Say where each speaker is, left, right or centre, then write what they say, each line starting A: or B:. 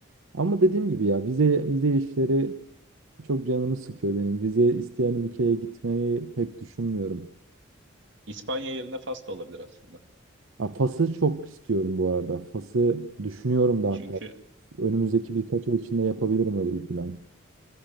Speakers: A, on the right; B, on the right.
A: Ama dediğim gibi ya vize vize işleri çok canımı sıkıyor benim. Vize isteyen ülkeye gitmeyi pek düşünmüyorum.
B: İspanya yerine Fas da olabilir aslında.
A: Ha, Fas'ı çok istiyorum bu arada. Fas'ı düşünüyorum da
B: Çünkü
A: hatta. Önümüzdeki birkaç ay içinde yapabilirim öyle bir plan.